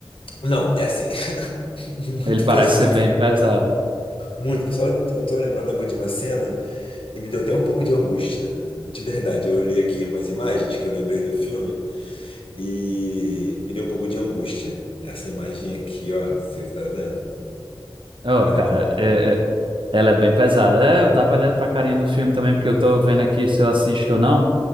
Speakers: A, on the left (about 75°); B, on the right (about 65°).
A: Não, é assim, <laughs> muito
B: Ele parece
A: pesado.
B: ser bem pesado.
A: Muito. Eu só eu tô lembrando agora de uma cena e me deu até um pouco de angústia. De verdade, eu olhei aqui umas imagens que eu lembrei do filme. E me deu um pouco de angústia. Essa imagem aqui, ó, você tá vendo?
B: Ô,
A: Olha
B: cara,
A: como
B: é, é, Ela é bem pesada. É, eu tava olhando pra carinha do filme também, porque eu tô vendo aqui se eu assisto ou não,